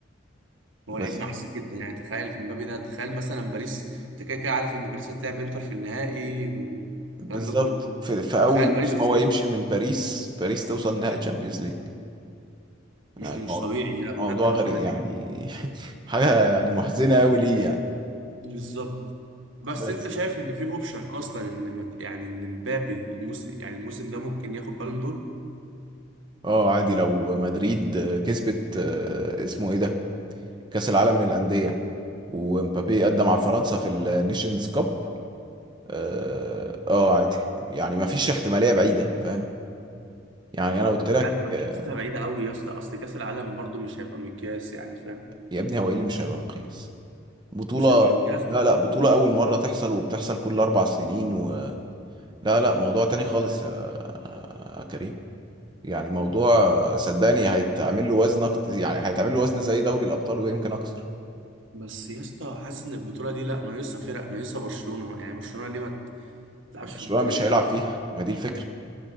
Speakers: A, on the right; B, on the right.
A: هو
B: بس
A: لعيب نحس جدا يعني تخيل امبابي ده تخيل مثلا باريس انت كده كده عارف ان باريس هتلعب انتر في النهائي والكلام
B: بالظبط
A: ده كله
B: في, في اول
A: تخيل
B: موسم
A: باريس كسبتها
B: هو يمشي من باريس باريس توصل نهائي تشامبيونز ليج
A: مش
B: يعني
A: مش
B: مو-
A: طبيعي لا
B: موضوع
A: بجد انا
B: غريب
A: ممكن اتأكد
B: يعني <laughs> حاجه يعني محزنه قوي ليه يعني
A: بالظبط بس
B: بس
A: انت شايف ان في اوبشن اصلا ان مد... يعني ان مبابي الموسم يعني الموسم ده ممكن ياخد بالون دور
B: اه عادي لو مدريد كسبت آه، اسمه ايه ده كاس العالم للانديه ومبابي قدم مع فرنسا في النيشنز كاب اه آه، عادي يعني ما فيش احتماليه بعيده فاهم يعني انا قلت
A: مش
B: لك
A: عارف انا
B: آه،
A: حاسسها بعيده قوي يا اسطى اصل كاس العالم برضو مش هيبقى مقياس يعني فاهم
B: يا ابني هو ايه اللي مش هيبقى مقياس بطولة
A: مش هيبقى مقياس
B: لا لا بطولة أول مرة تحصل وبتحصل كل أربع سنين و... لا لا موضوع تاني خالص يا يا كريم يعني موضوع صدقني هيتعمل له وزن أكت... يعني هيتعمل له وزن زي دوري الأبطال ويمكن أكثر
A: بس يا اسطى حاسس ان البطوله دي لا ناقصها فرق ناقصها برشلونه يعني برشلونه ليه ما تلعبش
B: برشلونة
A: في البطوله
B: مش
A: دي
B: هيلعب فيها ما دي الفكرة